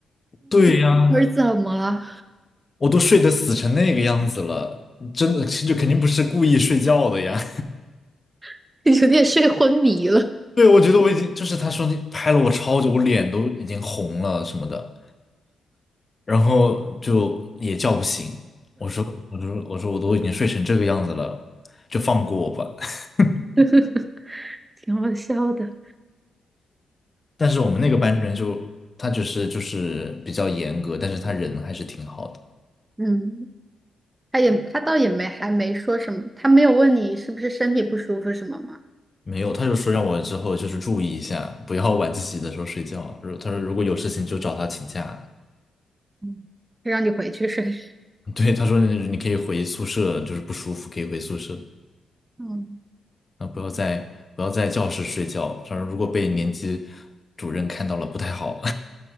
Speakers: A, on the left; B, on the right.
A: 对呀，
B: 我是怎么了？
A: 我都睡得死成那个样子了，真的就肯定不是故意睡觉的呀。
B: <laughs> 有点睡昏迷了，
A: <laughs> 对，我觉得我已经就是他说你拍了我超久，我脸都已经红了什么的。然后就也叫不醒。我说，我说，我说，我都已经睡成这个样子了，就放过我吧。<laughs>
B: <laughs> 挺好笑的。
A: 但是我们那个班主任就他就是就是比较严格，但是他人还是挺好的。
B: 嗯，他也他倒也没还没说什么，他没有问你是不是身体不舒服什么吗？
A: 没有，他就说让我之后就是注意一下，不要晚自习的时候睡觉。如他说如果有事情就找他请假。
B: 嗯让你回去睡。
A: <laughs> 对，他说你你可以回宿舍，就是不舒服可以回宿舍，
B: 嗯，
A: 啊，不要在不要在教室睡觉。他说如果被年级主任看到了不太好。